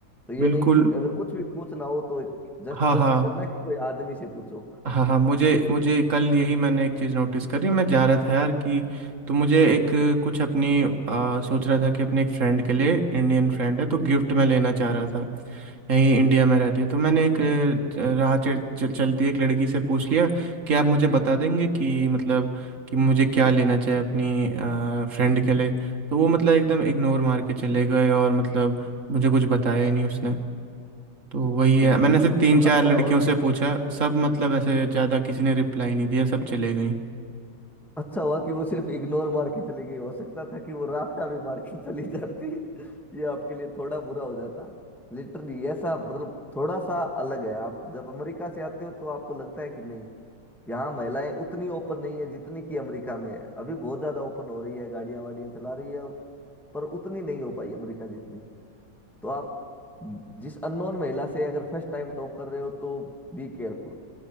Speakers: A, in the centre; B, on the right (about 45°).
A: तो ये
B: बिल्कुल
A: नहीं कि अगर कुछ भी पूछना हो तो एक जस्ट
B: हाँ
A: कोशिश
B: हाँ
A: करना कि कोई आदमी से पूछो
B: हाँ हाँ मुझे मुझे कल यही मैंने एक चीज़ नोटिस करी मैं जा रहा था यार कि तो मुझे एक कुछ अपनी आ, सोच रहा था कि अपने एक फ्रेंड के लिए इंडियन फ्रेंड है तो गिफ्ट में लेना चाह रहा था यहीं इंडिया में रहती है तो मैंने एक अ, राह चल, चल- चलती एक लड़की से पूछ लिया कि आप मुझे बता देंगे कि मतलब कि मुझे क्या लेना चाहिए अपनी फ्रेंड के लिए तो वो मतलब एकदम इग्नोर मार के चले गए और मतलब मुझे कुछ बताया ही नहीं उसने तो वही है
A: बिल्कुल
B: मैंने ऐसे
A: ये
B: तीन
A: तो
B: चार
A: अच्छा
B: लड़कियों
A: ओके
B: से पूछा सब मतलब ऐसे ज़्यादा किसी ने रिप्लाई नहीं दिया सब चले गई
A: अच्छा हुआ कि वो सिर्फ इग्नोर मार के चली गई हो सकता था कि वो राफ्टा भी मार के चली जाती <laughs> ये आपके लिए थोड़ा बुरा हो जाता लिटरली ऐसा मतलब थोड़ा सा अलग है आप जब अमेरिका से आते हो तो आपको लगता है कि नहीं यहाँ महिलाएं उतनी ओपन नहीं है जितनी कि अमेरिका में है अभी बहुत ज्यादा ओपन हो रही है गाड़ियां वाड़ियां चला रही है पर उतनी नहीं हो पाई अमेरिका जितनी तो आप जिस अननोन महिला से अगर फर्स्ट टाइम टॉक कर रहे हो तो बी केयरफुल